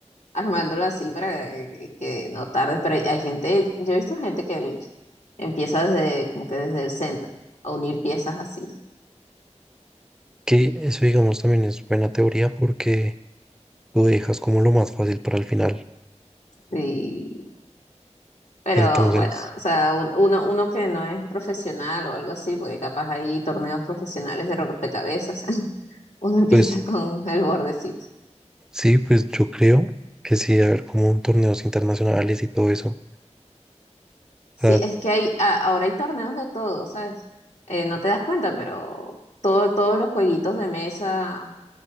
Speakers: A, on the left (about 75°); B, in the centre.
A: armándolo así para que, que no tardes. Pero hay, hay gente, yo he visto gente que el- empieza desde, como que desde el centro, a unir piezas así.
B: que eso, digamos, también es buena teoría porque tú dejas como lo más fácil para el final.
A: Sí. Pero
B: Entonces,
A: bueno, o sea, u- uno, uno que no es profesional o algo así, porque capaz hay torneos profesionales de rompecabezas, <laughs> uno empieza
B: pues
A: con el bordecito.
B: sí, pues yo creo que sí, debe haber como un torneos internacionales y todo eso.
A: Sí,
B: O sea,
A: es que hay, a- ahora hay torneos de todo, ¿sabes? Eh, no te das cuenta, pero todo, todos los jueguitos de mesa,